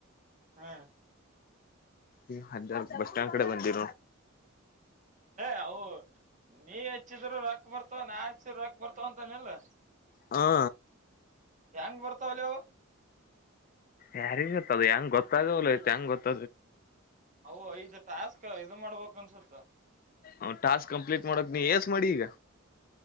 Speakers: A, on the right; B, on the left.
A: ಹ್ಮ
B: ಈ ಅ ಬಸ್ ಸ್ಟ್ಯಾಂಡ್ ಕಡೆ ಬಂದಿ್
A: ಏ ಅವು ನೀ ಹೆಚ್ಚಿದ್ರರು ರೊಕ್ ಬರ್ತಾವ ನಾ ಹೆಚ್ಚಿದ ರೊಕ್ಕ ಬರ್ತವ ಅಂತನಿಲ್ಲ
B: ಹಾ
A: ಹೆಂಗ್ ಬರ್ತಾವಲವು
B: ಯಾರಿಗ ಗೊತ್ತದ ಹೆಂಗ ಗೊತ್ತಾಗಲ ಹೆಂಗ ಗೊತ್ತ
A: ಅ ಐದು್ ಟಾಸ್ಕ್ ಇದು ಮಾಡ್ಬೇಕಕ್ ಅನ್ಸುತ್ತ
B: ಅವ್ ಟಾಸ್ ಕಂಪ್ಲೀಟ್ ಮಾಡೋಕ್ ನೀ ಯಸ್ ಮಾಡಿ ಈಗ